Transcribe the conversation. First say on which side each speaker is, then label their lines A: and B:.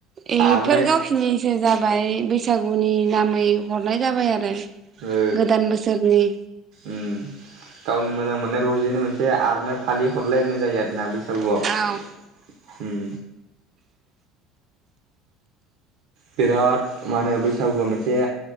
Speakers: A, on the right; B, on the right.
A: इफोर
B: आरनाइ
A: गावसनिसो जाबाय बै सागुनि नामै हरनाय जाबाय आरो।
B: ओ
A: गोदान बोसोरनि
B: उम गावनि मोजां मोननाय रजेनो मोनसे आरनाय फालि हरलायलायनाय जायो आरोना बैसा गुवाव ओम
A: औ
B: बिराद मा होनो बैसागुआ मोनसे